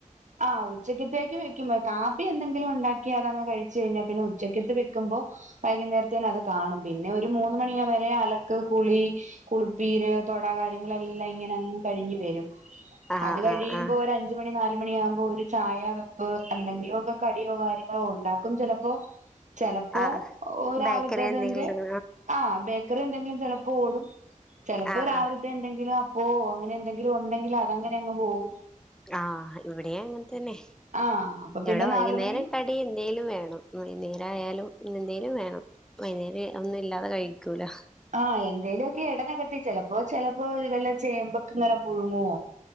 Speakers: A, on the right (about 60°); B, in the centre.
A: ആഹ് ഉച്ചക്ക്യത്തേക്ക് വെക്കുമ്പെ കാപ്പി എന്തെങ്കിലും ഒണ്ടാക്കി അത് അങ്ങ് കഴി ച്ച് കഴിഞ്ഞാ പിന്നെ ഉച്ചക്ക്യെത്ത് വെക്ക്മ്പോ വൈകുന്നേരത്തേന് അത് കാണും. പിന്നെ ഒരു മൂന്ന് മണിയാ വെരെ അലക്ക് കുളി കുളുപ്പീര് തൊട കാര്യങ്ങളെല്ലാം ഇങ്ങനെ അങ്ങ് കയിഞ്ഞ് വെരും
B: ആഹ്
A: അത് കയിമ്പോ
B: ആഹ് ആഹ്
A: ഒര് അഞ്ച് മണി നാല മണിയവ്മ്പോ ഒര് ചായ വെപ്പ് എന്തെങ്കിലും ഒക്കെ കടിയോ കാര്യങ്ങളോ ഒണ്ടാക്കും ചെലപ്പോ. ചെലപ്പോ
B: ആഹ്
A: <unintelligible>
B: ബേക്കറി എന്തെങ്കിലും
A: ആഹ് ബേക്കറി എന്തെങ്കിലും ചെലപ്പോ ഓടും ചെലപ്പോ
B: ആഹ്
A: രാവിലത്തെ
B: ആഹ്
A: എന്ന എന്തെങ്കിലും അപ്പോ അങ്ങനെ എന്തെലും ഒണ്ടെങ്കി അങ്ങനെ അങ്ങ് പോകും
B: ആഹ് ഇവടെയും അങ്ങനെ തന്നെ
A: ആഹ് അപ്പൊ
B: ഇവടെ
A: പിന്നെ
B: വൈന്നേരം
A: നാലുമണി
B: ക എന്തൊലും വേണം വൈക്ന്നേരം ആയാലും ഇന്ന് എന്തേലും വേണം <unintelligible> ഇല്ലാതെ കയിക്കൂല്ലാ
A: ആഹ് എന്തേലും ഓക്കെ <unintelligible> ചെലപ്പോ ചെലപ്പോ വല്ലാ ചേമ്പക്കേ ഇങ്ങനെ പുഴുങ്ങുവോ